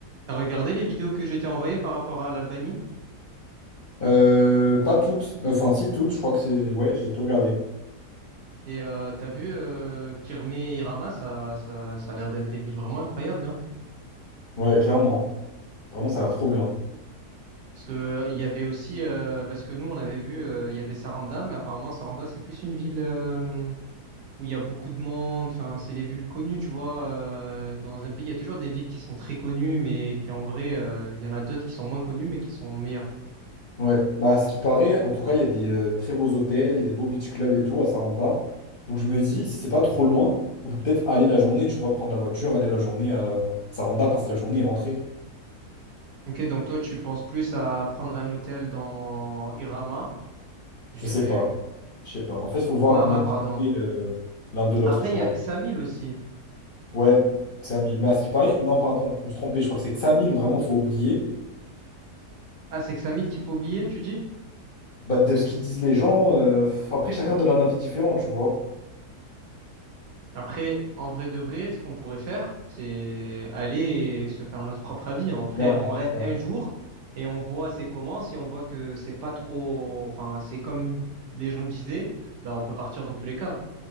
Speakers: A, on the right; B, on the left.
A: T'as regardé les vidéos que j'étais t'ai envoyées par rapport à l'Albanie
B: Euh, pas toutes. Enfin, si toutes, je crois que c'est. Ouais, j'ai tout regardé.
A: et euh, t'as vu euh, Girne et Irama, ça, ça, ça a l'air d'être des villes vraiment incroyables, hein.
B: Ouais, clairement. Vraiment, ça a l'air trop bien.
A: Parce que euh, il y avait aussi, euh, parce que nous on avait vu, euh, il y avait Saranda, mais apparemment Saranda c'est plus une ville euh, où il y a beaucoup de monde. Enfin, c'est les villes connues, tu vois. euh, dans un pays, il y a toujours des villes qui sont très connues, mais qui en vrai, euh, il y en a d'autres qui sont moins connues, mais qui sont meilleures.
B: Ouais. Bah, à ce qui paraît, en tout cas, il y a des euh, très beaux hôtels, il y a des beaux beach clubs et tout à Saranda. Donc, je me dis, si c'est pas trop loin, on peut peut-être aller la journée, tu vois, prendre la voiture, aller la journée à Saranda, passer la journée et rentrer.
A: Ok, donc toi tu penses plus à prendre un hôtel dans Irama, j'irais
B: Je sais pas. Je sais pas. En fait, il faut voir
A: Mara,
B: à combien de
A: pardon.
B: temps c'est euh, l'un de l'autre,
A: Après,
B: tu
A: il
B: vois.
A: y a Xamil aussi.
B: Ouais, 5000. Mais à ce qui paraît, non, pardon, je me suis trompé. Je crois que c'est que 5000, vraiment, faut oublier.
A: Ah, c'est Xamil qu'il faut oublier, tu dis?
B: Bah, de ce qu'ils disent les gens, euh, f- après chacun donne un avis différent, tu vois.
A: Après, en vrai de vrai, ce qu'on pourrait faire, c'est aller et se faire notre propre avis. Après,
B: Clairement,
A: on reste
B: clairement.
A: un jour et on voit c'est comment. Si on voit que c'est pas trop, enfin, c'est comme les gens disaient, bah, on peut partir dans tous les cas.